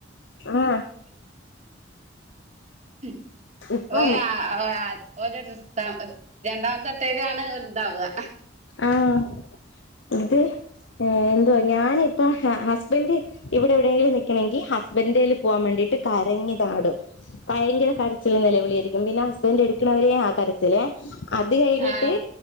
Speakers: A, on the left; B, on the right.
A: ആഹ്
B: ഉം
A: ഇപ്പം
B: ഓയ ഓ ആ ഓലെ <unintelligible> രണ്ടാം ത്തട്ടേരാണ് ഉണ്ടാവ അഹ്
A: ആഹ് ഇത് ഏ എന്ത്വ ഞാനിപ്പൊം ഹസ്ബൻഡ് ഇവിടെ എവിടേങ്കിലും നിക്കണേങ്കി ഹസ്ബൻഡേല് പോവാൻ വേണ്ടീട്ട് കരഞ്ഞ് ചാടും ഭയങ്കര കരച്ചിലും നെലവിളിയ് അയ്രി പിന്ന ഹസ്ബൻഡ് എടുക്ക്‌ണ വരേ ആ കരച്ചില് അത് കയ്ഞ്ഞിട്ട്
B: ആഹ്